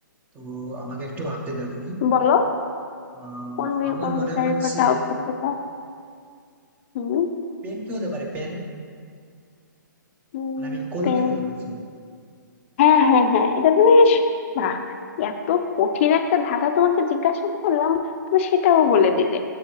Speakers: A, on the right (about 15°); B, on the left (about 40°).
A: তো আমাকে একটু ভাবতে দাও তুমি
B: বলো
A: আহ,
B: কোন বি-
A: আমার
B: কোন
A: মনে
B: বিষয়ের
A: হচ্ছে
B: উপর ডাউট হতে পার হুম
A: পেন কি হতে পারে পেন
B: হুম
A: মানে আমি কলমের
B: পেন
A: কথা বলছি
B: হ্যাঁ হ্যাঁ হ্যাঁ এটা তুমি বেশ বাহ এত কঠিন একটা ধাঁধা তোমাকে জিজ্ঞাসা করলাম তুমি সেটাও বলে দিলে